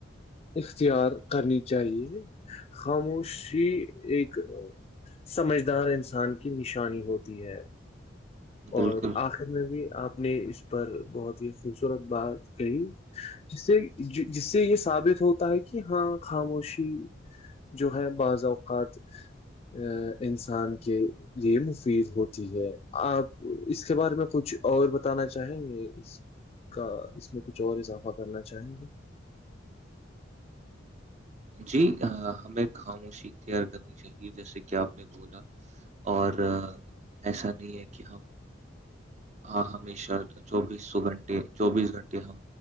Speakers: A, on the left (about 30°); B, on the right (about 35°).
A: اختیار کرنی چاہیے خاموشی ایک سمجھدار انسان کی نشانی ہوتی ہے
B: بالکل
A: اور آخر میں بھی آپ نے اس پر بہت ہی خوبصورت بات کہی جس سے جس سے یہ ثابت ہوتا ہے کہ ہاں خاموشی جو ہے بعض اوقات ا انسان کے لیے مفید ہوتی ہے آپ اس کے بارے میں میں کچھ اور بتانا چاہیں گے اس کا اس میں کچھ اور اضافہ کرنا چاہیں گے
B: جی ہمیں خاموشی اختیار کرنی چاہیے جیسے کہ آپ نے بولا اور ایسا نہیں ہے کہ ہم ہاں ہممی شر چوبیس سو گھنٹے چوبیس گھنٹے ہم